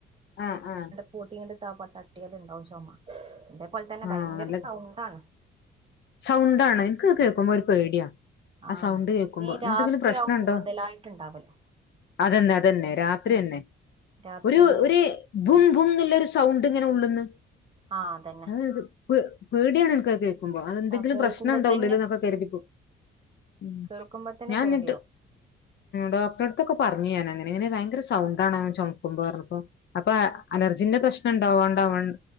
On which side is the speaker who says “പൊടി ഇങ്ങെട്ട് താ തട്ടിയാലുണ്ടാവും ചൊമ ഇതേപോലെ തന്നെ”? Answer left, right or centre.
Right